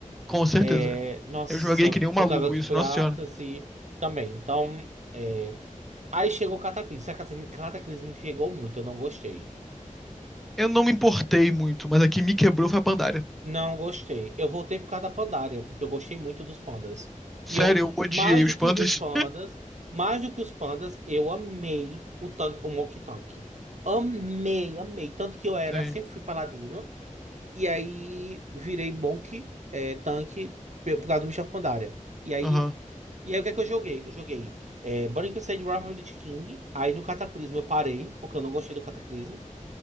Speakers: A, in the centre; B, on the right.
A: com certeza.
B: É, nossa,
A: Eu joguei que nem um maluco
B: por causa que
A: isso,
B: foi
A: nossa
B: a
A: senhora.
B: Atlas e também. Então, é, aí chegou o Cataclismo. Esse Cataclismo me pegou muito, eu não gostei.
A: Eu não me importei muito, mas a que me quebrou foi a Pandaria.
B: Não gostei. Eu voltei por causa da Pandaria, porque eu gostei muito dos pandas.
A: Sério,
B: E eu,
A: eu odiei
B: mais
A: os
B: do
A: pandas.
B: que o dos pandas, mais do que os pandas, eu amei o tanque, o Monkey Tank. Amei, amei. Tanto
A: <laughs>
B: que eu era,
A: Sim,
B: sempre fui paladino. E aí virei Monk é, tanque, pe- por causa do Michel Pandaria. E aí,
A: aham.
B: e aí o que é que eu joguei? Eu joguei é, Burning Crusade Wrath of the King. Aí no Cataclismo eu parei, porque eu não gostei do Cataclismo.